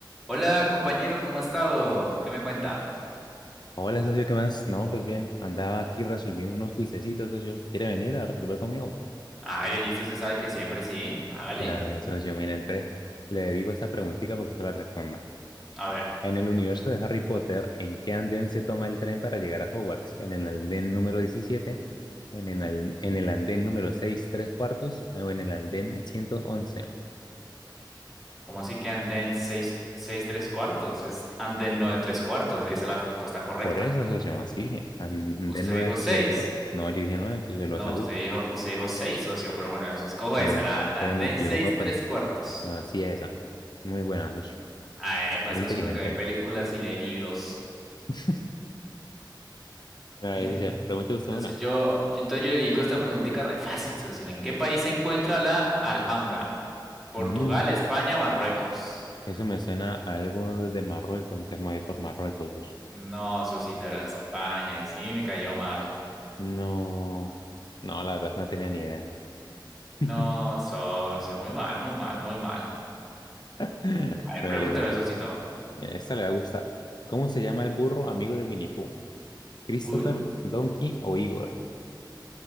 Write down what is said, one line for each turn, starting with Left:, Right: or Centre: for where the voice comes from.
Centre: Hola compañero, ¿cómo ha estado? ¿Qué me cuenta?
Left: Hola, socio, ¿qué más? No, pues bien, andaba aquí resolviendo unos cuisecitos, socio. ¿Quiere venir a resolver conmigo?
Centre: Hágale, listo, usted sabe que siempre sí. Hágale.
Left: Ay, socio, mire, entonces le digo esta preguntita para que usted la responda.
Centre: A ver,
Left: En el universo de Harry Potter, ¿en qué andén se toma el tren para llegar a Hogwarts? ¿En el andén número diecisiete ¿En el, al- en el andén número 6 3 cuartos? ¿O en el andén ciento once
Centre: ¿cómo así que anden 6 seis 3 cuartos? Es anden 9 3 cuartos, esa es la respuesta correcta.
Left: Por eso, socio, así dije. Andén
Centre: Usted
Left: 9
Centre: dijo 6.
Left: 3 cuartos. No, yo dije 9, socio,
Centre: No,
Left: lo aseguro.
Centre: usted dijo, usted dijo 6, socio, pero bueno, eso escojo
Left: Man,
Centre: esa, la la
Left: todavía
Centre: anden
Left: me equivoco,
Centre: 6 3
Left: pero
Centre: cuartos.
Left: así es esa. Muy buena, socio.
Centre: Ah, epa,
Left: Muy
Centre: eso
Left: inteligente.
Centre: es uno que ve películas y lee libros.
Left: <laughs> A
Centre: <laughs>
Left: ver, o sea, pregúntale usted
Centre: Entonces
Left: una.
Centre: yo, yo- entonces yo le dedico esta preguntita re fácil, socio. ¿En qué país se encuentra la Alhambra? Portugal,
Left: Mm,
Centre: España, Marruecos.
Left: eso me suena a algo de Marruecos, entonces me voy por Marruecos. pues.
Centre: No, socito, era España y sí me cayó mal.
Left: No, no, la verdad es que no tenía ni idea.
Centre: No,
Left: <laughs>
Centre: socio, muy mal, muy mal, muy mal.
Left: Pero
Centre: A ver, pregúntame,
Left: mire, esa
Centre: socito.
Left: sí. Mire, esta le va a gustar. ¿Cómo se llama el burro amigo de Winnie Pooh? ¿Christopher,
Centre: Uy.
Left: Donkey o Igor?